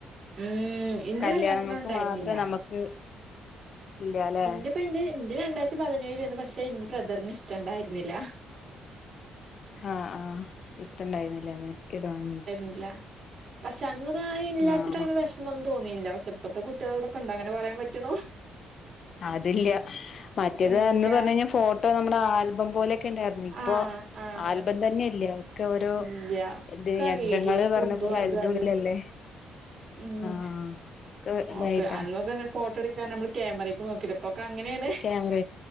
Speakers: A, on the right (about 50°); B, on the left (about 55°).
A: ഉം എന്റെ
B: കല്യാണങ്ങൾക്ക്
A: കല്യാണത്തിനും ഉണ്ടായിരുന്നില്ല
B: മാത്രേ നമുക്ക് ഇല്ലാല്ലേ
A: എന്റെപ്പന്റെ ഇന്റെ രണ്ടായിരത്തി പതിനേഴിൽ ആയിരുന്ന് പക്ഷെ എന്റെ ബ്രദറിന് ഇഷ്ട ഇണ്ടായിരുന്നില്ല
B: ഹാ ആഹ് ഇഷ്ടണ്ടായിരുന്നില്ല അന്ന് ഇടാന്
A: ഇല്ല പക്ഷെ അന്ന് ഇതായില്ലാച്ചിട്ട്
B: ആഹ്
A: അങ്ങനെ വെഷ് മം ഒന്നും തോന്നിയില്ല പക്ഷെ ഇപ്പത്തെ കുട്ടികളോട് ഒക്കെ ഒണ്ടാ അങ്ങനെ പറയാൻ പറ്റുണൂ
B: അതില്ല മറ്റേത്
A: എങ്ക
B: എന്ന് പറഞ്ഞു കഴിഞ്ഞാൽ ഫോട്ടോ നമ്മുടെ ആൽബം പോലൊക്കെ ഇണ്ടായിരുന്നു ഇപ്പൊ
A: ആഹ് ആഹ്
B: ആൽബം തന്നെയില്ല്യാ ക്കെ ഓരോ
A: ഇല്ല
B: ഇത്
A: ഒക്കെ
B: യന്ത്രങ്ങള്
A: വീഡിയോസും
B: പറഞ്ഞ
A: ഇതും
B: പോലെ
A: അതും
B: അതിന്റെ
A: അല്ലേ
B: ഉള്ളിലല്ലേ
A: ഉം
B: ആഹ് ഒക്കെ ഇതായിട്ടാ
A: ഓക്കെ അന്നൊക്കെ ഫോട്ടോ എടുക്കാൻ നമ്മള് ക്യാമറക്ക് നോക്കിട്ട് ഇപ്പൊക്കെ അങ്ങനെയാണ്
B: ക്യാമറ